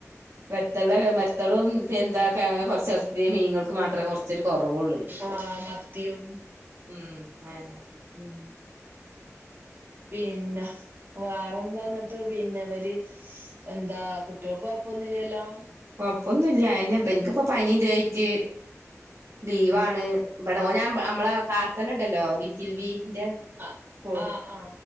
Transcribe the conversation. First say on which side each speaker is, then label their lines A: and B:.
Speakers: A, on the right; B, on the right.
A: വെത്തള് വെത്തളും എന്തക്കെ അങ്ങനെ കൊറച്ച് എ മീൻങ്ങൾക്കും മാത്രേ കൊറ ഇച്ചരി കൊറവൊള്ളൂയ്
B: ആഹ് മത്തിയും
A: ഉം അയന്നെ
B: ഉം പിന്നെ വേറെന്താന്ന് ന്നിട്ട് പിന്നെ അവര് എന്താ കുട്ടേൾക്ക് കൊഴപ്പൊന്നുല്ലല്ലോ
A: കൊഴപ്പൊന്നുല്ല അയന്നെ ബൻക്ക്പ്പോ പനി ഇതായിട്ട് ലീവാണ്. ഇവടെ ഓന മ്മളെ കാർത്തന്നെണ്ടല്ലോ ലിറ്റിൽവിന്റെ
B: ആ
A: കോള്.
B: ആ ആ